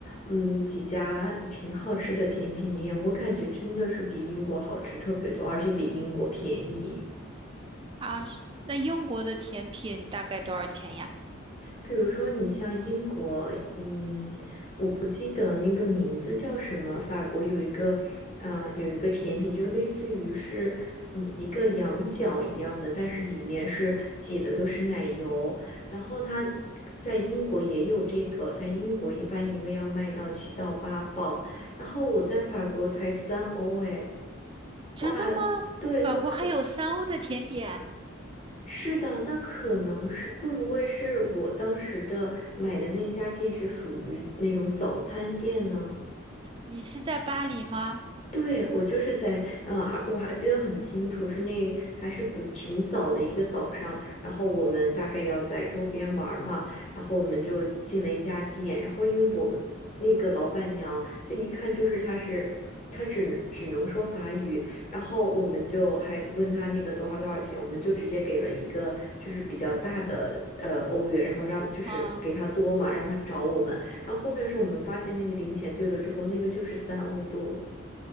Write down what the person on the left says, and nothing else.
嗯，几家挺好吃的甜品店，我感觉真的是比英国好吃特别多，而且比英国便宜。
比如说，你像英国，嗯，我不记得那个名字叫什么。法国有一个，啊、有一个甜品，就类似于是，嗯，一个羊角一样的，但是里面是挤的都是奶油。然后它在英国也有这个，在英国一般一个要卖到七到八磅，然后我在法国才三欧，哎，
哇，对，
就特。是的，那可能是会不会是我当时的买的那家店是属于那种早餐店呢？
对，我就是在，呃，我还记得很清楚，是那还是嗯挺早的一个早上，然后我们大概要在周边玩儿嘛，然后我们就进了一家店，然后因为我们那个老板娘就一看就是她是，她只只能说法语，然后我们就还问她那个多少多少钱，我们就直接给了一个就是比较大的呃欧元，然后让就是给她多嘛，
让她找我们，然后后面是我们发现那个零钱对了之后，那个就是三欧多。